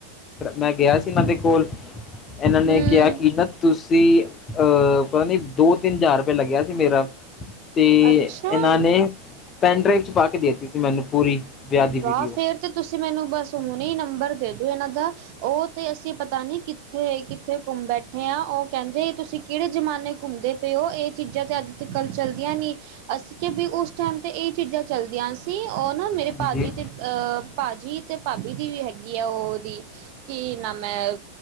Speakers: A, on the left; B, on the right.
A: ਮੈਂ ਗਿਆ ਸੀ ਇਹਨਾਂ ਦੇ ਕੋਲ। ਇਹਨਾਂ ਨੇ
B: ਹਮ
A: ਕਿਹਾ ਕਿ ਨਾ ਤੁਸੀਂ ਅਹ ਪਤਾ ਨੀ ਦੋ। ਤਿੰਨ ਹਜ਼ਾਰ ਰੁਪਇਆ ਲੱਗਿਆ ਸੀ। ਮੇਰਾ ਤੇ
B: ਅੱਛਾ
A: ਇਹਨਾਂ ਨੇ। ਪੈਨ ਡਰਾਈਵ 'ਚ ਪਾ ਕੇ ਦੇ ਤੀ ਸੀ ਮੈਨੂੰ ਪੂਰੀ। ਵਿਆਹ ਦੀ
B: ਵਾਹ
A: ਵੀਡੀਓ
B: ਫਿਰ ਤੇ ਤੁਸੀਂ ਮੈਨੂੰ ਬਸ ਹੁਣੇ ਹੀ ਨੰਬਰ ਦੇ ਦੋ ਇਹਨਾਂ ਦਾ ਉਹ ਤੇ ਅਸੀਂ ਪਤਾ ਨੀ ਕਿੱਥੇ-ਕਿੱਥੇ ਘੁੰਮ ਬੈਠੇ ਹਾਂ ਉਹ ਕਹਿੰਦੇ ਤੁਸੀਂ ਕਿਹੜੇ ਜ਼ਮਾਨੇ ਘੁੰਮਦੇ ਤੇ ਓ ਇਹ ਚੀਜ਼ਾਂ ਤਾਂ ਅੱਜ ਤ ਕੱਲ ਚੱਲਦੀਆਂ ਨਹੀਂ ਅਸੀਂ ਕਿ ਵੀ ਉਸ ਟਾਈਮ ਤੇ ਇਹ ਚੀਜ਼ਾਂ ਚੱਲਦੀਆਂ ਸੀ ਉਹ ਨਾ ਮੇ
A: ਹਾਂਜੀ
B: ਭਾਜੀ ਤੇ ਅਹ, ਭਾਜੀ ਤੇ ਭਾਬੀ ਦੀ ਵੀ ਹੈਗੀ ਆ ਉਹਦੀ ਕਿ ਨ ਮੈਂ